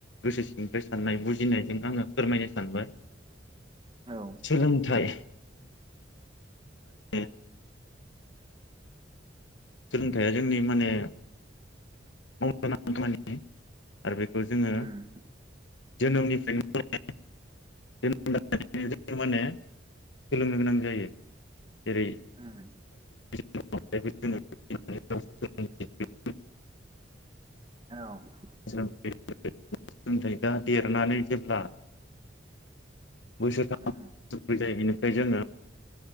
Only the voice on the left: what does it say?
गोसो सिंफ्राय साननाय बुजिनायजों आङो फोरमायनो सानबाय
सोलोंथाइ <unintelligible> सोलोंथाइया जोंनि माने <unintelligible> आरो बेखौ जोङो
जोनोमनि <unintelligible> माने सोलोंनो गोनां जायो जेरै
<unintelligible> <unintelligible> <unintelligible>
<unintelligible> देरनानै जेब्ला बोसोरथामोै
बेनिफ्राय जोङो